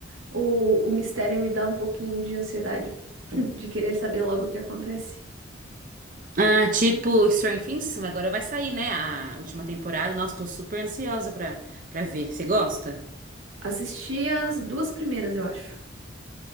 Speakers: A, on the right (about 80°); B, on the right (about 40°).
A: o, o mistério me dá um pouquinho de ansiedade <laughs> de querer saber logo o que acontece.
B: Ah, tipo Stranger Things, agora vai sair, né? A última temporada. Nossa, tô super ansiosa pra, pra ver. Você gosta?
A: Assisti as duas primeiras, eu acho.